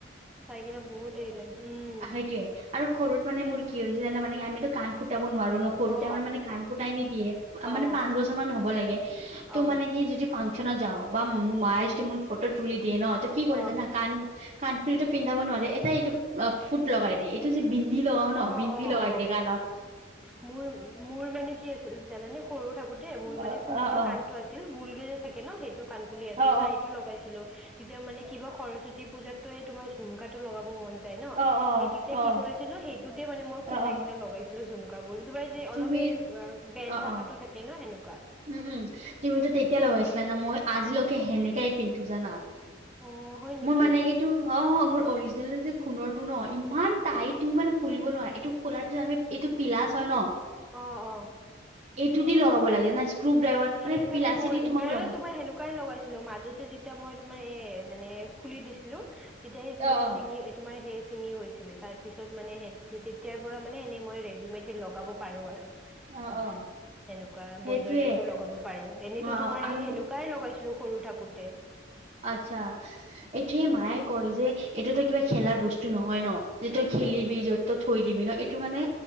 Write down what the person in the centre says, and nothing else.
চাই কিনে বহুত দেৰি লাগে উম।
অ
অ
অ
উম
অ
অ
অ
অ
মোৰ মোৰ মানে কি আছিল জানানে সৰু থাকোতে মোৰ
মানে সোণৰ
কাণটো আছ- গুলকে যে থাকে ন সেইটো কাণফুলি আছিল
হা সেইটো লগাইছিলো তেতিয়া মানে কিবা সৰস্বতী পূজাত ত, তোমাৰ ঝুমকা টো লগাব মন যায় ন
সেই তেতিয়া
কি কৰি সেইটোতে মানে মই সোমাই
কিনে লগাইছিলো ঝুমকা বোৰ তোমাৰ যে অলপে
বেন
থাকটোত
থাকে ন সেনেকুৱা।
অ হয় নেকি
অ', অ ',
সেইকাৰণে
মই
ময়ো
তোমাৰ সেনেকুৱাই লগাইছিলো মাজত যেতিয়া মই তোমাৰ এ মানে খুলি দিছিলো তেতিয়া স মানে
চিঙি তোমাৰ সেই চিঙি গৈছিল। চিলে তাৰপিছত মানে তেতিয়াৰ পৰা মানে এনেই মই ৰেডিমেডে লগাব পাৰো আৰু।
তোমাৰ
সেনেকুৱা
বজৰিয়াত লগাব পাৰো এনেইতো
তোমাৰ
এই সেনেকুৱাই লগাইছিলো সৰু থাকোতে।
উম